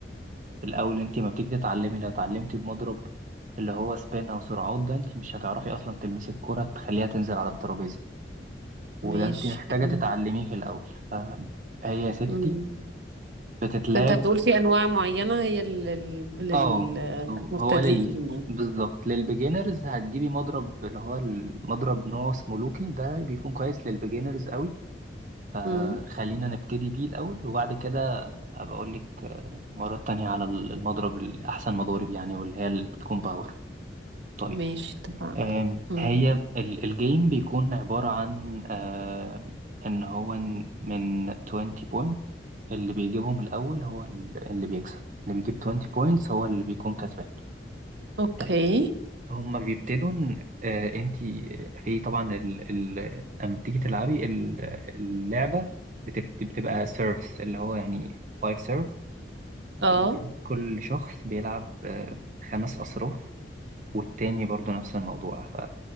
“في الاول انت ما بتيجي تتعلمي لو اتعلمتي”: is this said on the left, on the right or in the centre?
Right